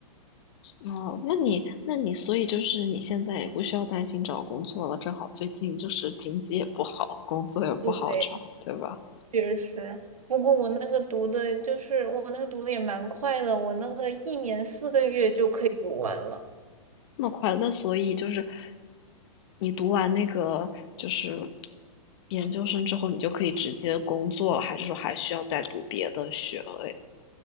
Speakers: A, on the left; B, on the right.
A: 哦，那你那你所以就是你现在也不需要担心找工作了，正好最近就是经济也不好，工作也不好找，
B: 对，
A: 对吧？
B: 确实。不过我那个读的，就是我那个读的也蛮快的，我那个一年四个月就可以读完了。
A: 那么快乐那所以就是你读完那个就是研究生之后，你就可以直接工作了，还是说还需要再读别的学位？